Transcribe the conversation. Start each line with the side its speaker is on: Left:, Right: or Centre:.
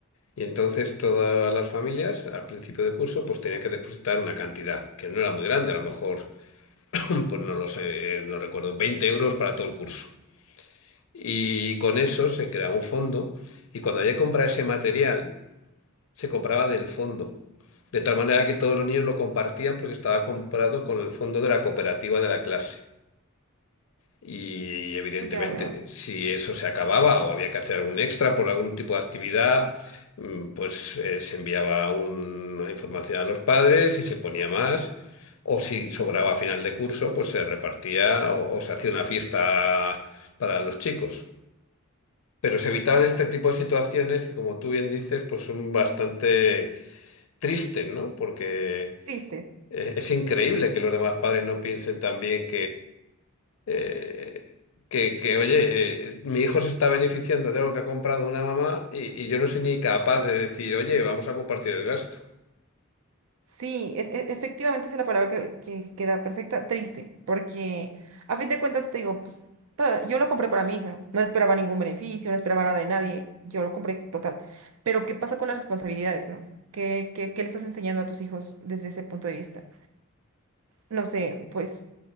Left: Y entonces todas las familias al principio de curso pues tenían que depositar una cantidad que no era muy grande, a lo mejor, <clears throat> pues no lo sé, no recuerdo, 20 euros para todo el curso. Y con eso se creaba un fondo y cuando había que comprar ese material, se compraba del fondo. De tal manera que todos los niños lo compartían porque estaba comprado con el fondo de la cooperativa de la clase. Y evidentemente,
Right: Oh, ya veo.
Left: si eso se acababa o había que hacer algún extra por algún tipo de actividad, mm, pues eh, se enviaba un- una información a los padres y se ponía más. O si sobraba a final de curso, pues se repartía o, o se hacía una fiesta para los chicos. Pero se evitaban este tipo de situaciones que, como tú bien dices, pues son bastante tristes, ¿no? Porque
Right: Tristes.
Left: eh, es increíble que los demás padres no piensen también eh, que, que, oye, eh, mi hijo se está beneficiando de algo que ha comprado una mamá y, y yo no soy ni capaz de decir, oye, vamos a compartir el gasto.
Right: Sí, es, e- efectivamente esa es la palabra que, que queda perfecta, triste, porque a fin de cuentas te digo, pues pa- yo lo compré para mi hija, no esperaba ningún beneficio, no esperaba nada de nadie, yo lo compré total. Pero ¿qué pasa con las responsabilidades, no? ¿Qué, qué, qué le estás enseñando a tus hijos desde ese punto de vista? No sé, pues